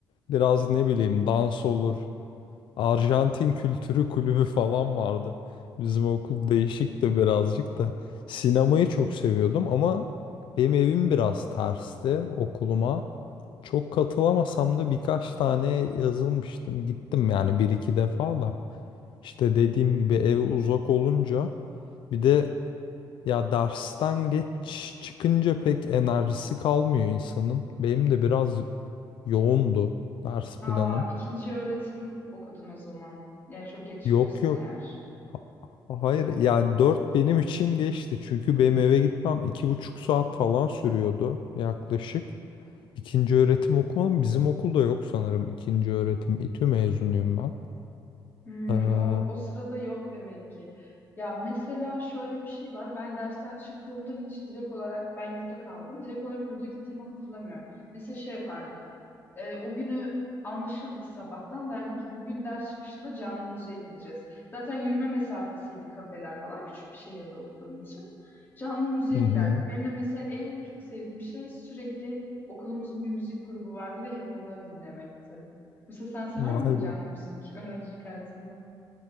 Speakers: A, on the left; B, on the left.
A: Biraz ne bileyim dans olur. Arjantin Kültürü Kulübü falan vardı. Bizim okul değişikti birazcık da. Sinemayı çok seviyordum ama benim evim biraz tersti okuluma. Çok katılamasam da birkaç tane yazılmıştım. Gittim yani bir iki defa da. İşte dediğim gibi ev uzak olunca bir de ya dersten geç çıkınca pek enerjisi kalmıyor insanın. Benim de biraz yoğundu ders planım.
B: Aa, ikinci öğretim okudun o zaman. yani çok geç çıkıyorsan
A: Yok yok.
B: eğer.
A: Ha- Hayır yani 4 benim için geçti. Çünkü benim eve gitmem iki buçuk saat falan sürüyordu yaklaşık. İkinci öğretim okumadım. Bizim okulda yok sanırım ikinci öğretim. İTÜ mezunuyum ben.
B: Hmm,
A: Ee,
B: o, o sırada yok demek ki. Ya mesela şöyle bir şey var. Ben dersten çıktığımda hiç direkt olarak ben yurtta kaldım. Direkt olarak yurda gittiğimi hatırlamıyorum. Mesela şey yapardık. e, o günü anlaşırdık sabahtan. Derdi ki bugün ders çıkışında canlı müziğe gideceğiz. Zaten yürüme mesafesiydi kafeler falan. Küçük bir şehirde okuduğum için. Canlı müziğe
A: hı hı.
B: giderdik. Benim de mesela en çok sevdiğim şey sürekli okulumuzun bir müzik grubu vardı ve hep onları dinlemekti. Mesela sen sever
A: Vay
B: miydin canlı
A: be.
B: müzik öğrencilik hayatında?